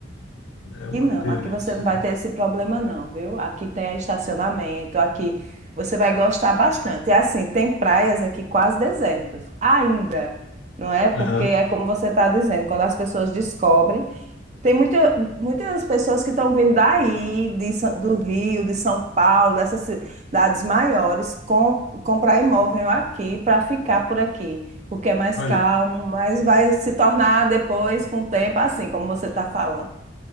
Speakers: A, on the left; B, on the right.
A: É uma
B: Que não,
A: pena
B: aqui você
A: isso,
B: não vai
A: viu?
B: ter esse problema, não, viu? Aqui tem estacionamento, aqui você vai gostar bastante. É assim, tem praias aqui quase desertas, ainda, não é? Porque
A: Aham.
B: é como você está dizendo, quando as pessoas descobrem. Tem muita, muitas pessoas que estão vindo daí, de Sa- do Rio, de São Paulo, dessas cidades maiores, com, comprar imóvel aqui para ficar por aqui, porque é mais
A: Olha.
B: calmo, mas vai se tornar depois, com o tempo, assim como você está falando.